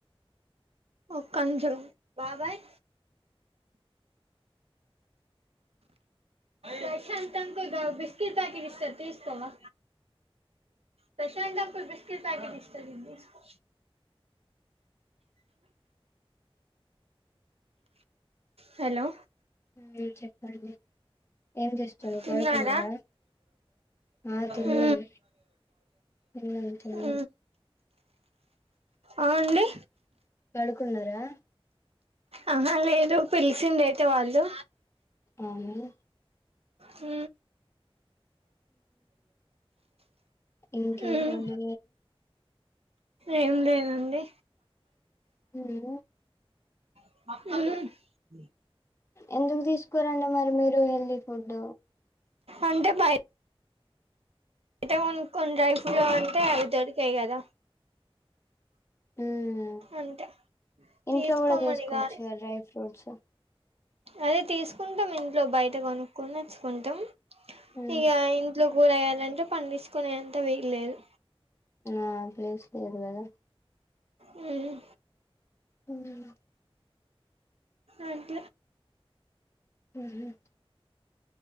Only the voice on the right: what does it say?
ఒక్క నిమిషం బాబాయ్ ప్రశాంత్ అంకుల్ గా బిస్కెట్ ప్యాకెట్ ఇస్తడు తీసుకోవా ప్రశాంత్ అంకుల్ బిస్కెట్ ప్యాకెట్ ఇస్తడు తీసుకో హలో
తిన్నర
ఉ
ఉ అ అండి
ఆహ లేదు పిలిసింది అయితే వాళ్ళు
ఉ
మ్మ్ ఏం లేదాండి
హ్
అంటే బయ అయితే కొన్ని కొన్ని డ్రై ఫ్రూట్ అంటే అవి దొరికాయి కదా
అంతే
తీసుకోమని
కాదు
అదే తీసుకుంటాం ఇంట్లో బయట కొనుక్కకుని వచ్చుకుంటాం
ఇగా ఇంట్లో గురయ్యాలంటే పంసుకునే అంత వేయల్లేదు
ఉమ్
అంట